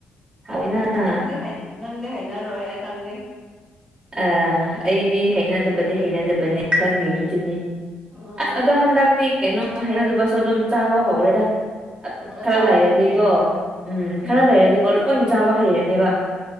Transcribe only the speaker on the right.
ꯍꯥꯎꯋꯤꯅ
ꯑ
ꯑ ꯑꯩꯗꯤ ꯍꯩꯅꯗꯕꯗꯤ ꯍꯩꯅꯗꯕꯅꯤ ꯈꯪꯉꯤꯕꯗꯨꯅꯤ
ꯑꯁ ꯑꯗꯣ ꯍꯟꯗꯛꯇꯤ ꯀꯩꯅꯣ ꯍꯩꯅꯗꯕꯁꯨ ꯑꯗꯨꯝ ꯆꯥꯕ ꯍꯧꯔꯦꯗ ꯑꯠ ꯈꯔ
ꯂꯩꯔꯗꯤꯀꯣ ꯎꯝ ꯈꯔ ꯂꯩꯔꯗꯤꯀꯣ ꯂꯣꯏ ꯆꯥꯕ ꯍꯩꯔꯅꯦꯕ